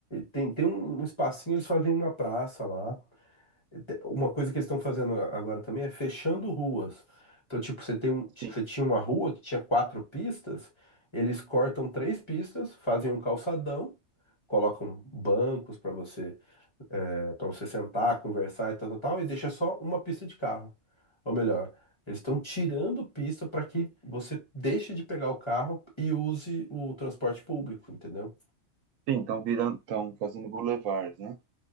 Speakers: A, on the left; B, on the right.
A: tem, tem um espacinho, eles fazem uma praça lá te- Uma coisa que eles estão fazendo agora também é fechando ruas. Então, tipo, você tem um,
B: Sim,
A: você tinha uma rua que tinha quatro pistas, eles cortam três pistas, fazem um calçadão, colocam bancos para você, para você sentar, conversar e tal, tal, tal, e deixa só uma pista de carro. Ou melhor, eles estão tirando pista para que você deixe de pegar o carro e use o transporte público, entendeu?
B: sim, estão virando, estão fazendo boulevards, né?